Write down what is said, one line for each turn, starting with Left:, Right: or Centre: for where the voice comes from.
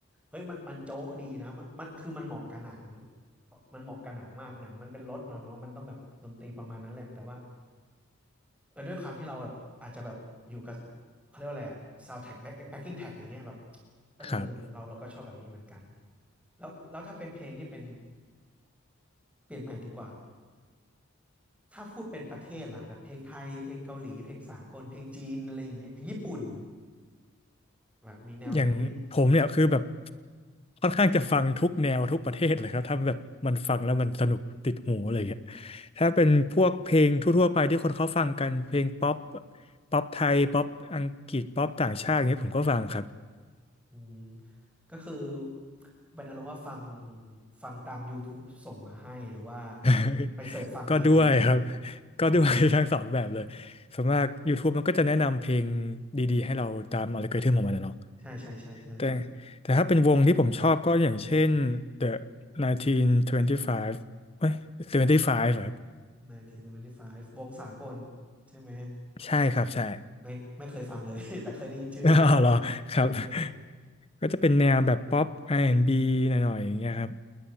Centre: เฮ้ยมันมันโจ๊ะดีนะมันมันคือมันเหมาะกับหนังมันเหมาะกับหนังมากหนังมันเป็นรถเนาะเนาะมันต้องแบบดนตรีประมาณนั้นแหละแต่ว่า เออด้วยความที่เราแบบอาจจะแบบอยู่กับเขาเรียกว่าอะไรอะซาวด์แท็กแบ็คแบ็คกิ้งแท็กอย่างเงี้ยแบบเออเราเราก็ชอบแบบนี้เหมือนกัน
Left: ครับ
Centre: แล้วแล้วถ้าเป็นเพลงที่เป็นเปลี่ยนใหม่ดีกว่าถ้าพูดเป็นประเทศล่ะแบบเพลงไทยเพลงเกาหลีเพลงสากลเพลงจีนอะไรอย่างเงี้ยเพลงญี่ปุ่นแบบมีแนวไหนที่
Left: อย่างผมเนี่ยคือแบบค่อนข้างจะฟังทุกแนวทุกประเทศเลยครับถ้าแบบมันฟังแล้วมันสนุกติดหูอะไรอย่างเงี้ยถ้าเป็นพวกเพลงทั่วๆไปที่คนเขาฟังกันเพลงป๊อปป๊อปไทยป๊อปอังกฤษป๊อปต่างชาติอย่างเงี้ยผมก็ฟังครับ
Centre: อืมก็คือเป็นอารมณ์ว่าฟังฟังตาม YouTube ส่งมาให้หรือว่า
Left: <laughs>
Centre: ไปเสิร์ชฟังเองหรือยังไงอะ
Left: ก็ด้วยครับ <laughs> ก็ด้วยทั้งสองแบบเลย
Centre: อ๋อ
Left: ส่วนมาก YouTube มันก็จะแนะนำเพลงดีๆให้เราตามอัลกอริทึมของมันนะเนาะ
Centre: ใช่ใช่ใช่ใช่ใช่
Left: แต่แต่ถ้าเป็นวงที่ผมชอบก็อย่างเช่น The 1925เก้ายี่สิบห้าเอ้ย75ครับ
Centre: หน1975วงสากลใช่ไหม
Left: ใช่ครับใช่
Centre: ไม่ไม่เคยฟังเลย <laughs> แต่เคยได้ยินชื่อ
Left: <laughs> อ๋อเหรอครับ
Centre: <laughs> ใช่ใช่ใช่
Left: <laughs> ก็จะเป็นแนวแบบป๊อปอาร์แอนด์บ b หน่อยๆอย่างเงี้ยครับ